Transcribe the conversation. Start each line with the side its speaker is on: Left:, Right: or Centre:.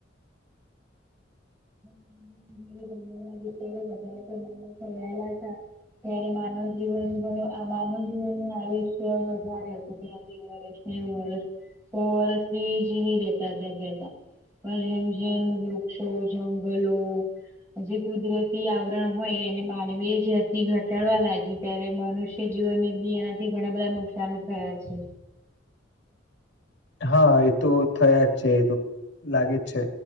Right: જંગલમાં જઈ ત્યારે જ આ- જ્યારે મમ્મી આવેલા હતા- ત્યારે માનવ જીવન ઘણું માનવ જીવન આયુષ્ય વધારે હતું ત્યાંથી- વર્ષ નેવુ વર્ષ સો વરષ બી જીવી રેતા ત્યા પહેલા- પણ જેમ જેમ વૃક્ષો જંગલો જે કુદરતી આવ હોય એને માનવી જથી ઘટાડવા લાગી ત્યારે મનુષ્ય જીવનને બી એનાથી ઘણા બધા નુક ચાલુ થયા છે.
Left: હા એ તો થયા જ છે એ તો લાગે જ છે.